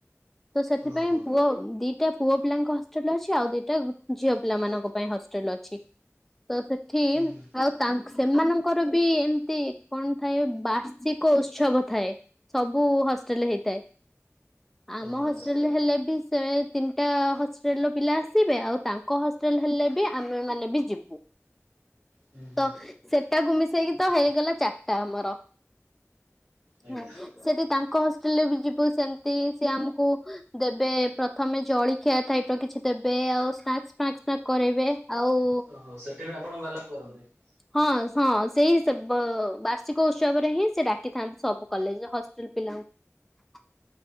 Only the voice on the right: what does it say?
ଓହୋ
ହୁଁ ହୁଁ
ଓହୋ
ହୁଁ ହୁଁ
ଆଜ୍ଞା।
ଓହୋ ସେଠି ବି ଆପଣଙ୍କ ବାଲାପ କରନ୍ତି। <unintelligible>